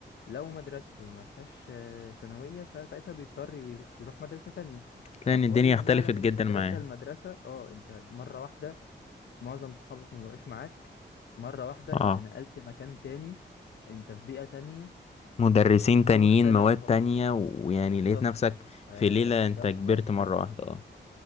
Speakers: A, on the left; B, on the left.
A: لو مدرسته ما فيهاش آه، ثانوية فساعتها بيضطر يرو- يروح مدرسة تانية فحوار
B: لأن الدنيا
A: النقلة
B: اختلفت
A: من
B: جدا
A: مدرسة
B: معاه
A: لمدرسة اه انت مرة واحدة معظم صحابك ما بقوش معاك مرة واحدة
B: اه
A: انت نقلت مكان تاني انت في بيئة تانية
B: مدرسين
A: آه، الجو
B: تانيين
A: اختلف
B: مواد
A: خالص
B: تانية ويعني
A: بالظبط
B: لقيت نفسك
A: آه،
B: في ليلة
A: الجو
B: أنت كبرت
A: بقى مختلف
B: مرة واحدة أه